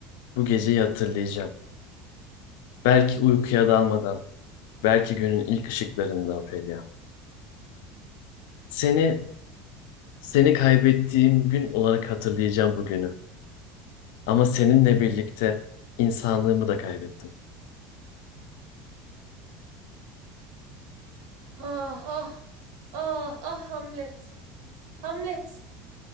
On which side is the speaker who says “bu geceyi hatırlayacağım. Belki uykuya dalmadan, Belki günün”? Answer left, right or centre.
Left